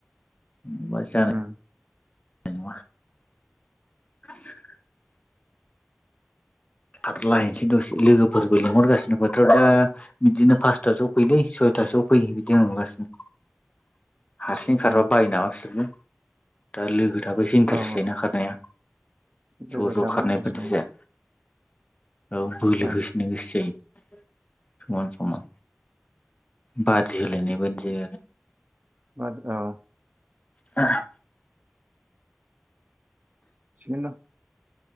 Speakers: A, on the left; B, on the right.
A: <inaudible>
B: उम
A: <unintelligible> खाथला हैनोसै दसे लोगोफोरबो लिंहरगासिनो फोथाराव दा बिदिनो फासथासोआव फैलै सयथासोआव फै बिदि बुलागासिनो हारसिं खारबा
B: उम
A: बायो नामा बिसोरबो दा लोगो <unintelligible> एसे इन्टारेस्ट
B: औ
A: जायोना खारनाया ज'
B: लोगो
A: ज'
B: थाबा
A: खारनाय
B: इन्टारेस्ट
A: बायदि जाया औ बोलो
B: औ
A: होसिननो गोसो जायो। समान समान बादि होलायनाय बाददि आरो
B: <inaudible>
A: <inaudible>
B: थिगानो दं